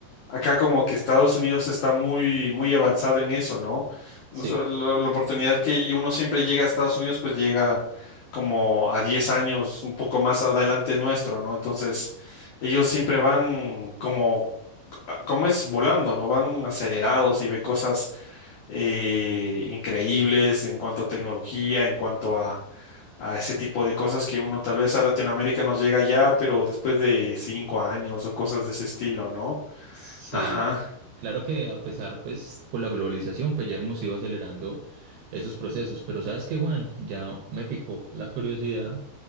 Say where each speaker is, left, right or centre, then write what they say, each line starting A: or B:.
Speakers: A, on the left (about 75°); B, on the right (about 75°).
A: Acá como que Estados Unidos está muy, muy avanzado en eso, ¿no? No
B: Sí,
A: sé, lo- la oportunidad que uno siempre llega a Estados Unidos, pues llega como a 10 años, un poco más adelante nuestro, ¿no? Entonces, ellos siempre van como, como es volando, ¿no? Van acelerados y ve cosas eh, increíbles en cuanto a tecnología, en cuanto a, a ese tipo de cosas que uno tal vez a Latinoamérica nos llega ya, pero después de cinco años o cosas de ese estilo, ¿no?
B: sí.
A: Ajá.
B: Claro que a pesar, pues, con la globalización, pues ya hemos ido acelerando esos procesos. Pero ¿sabes qué, Juan? Ya me picó la curiosidad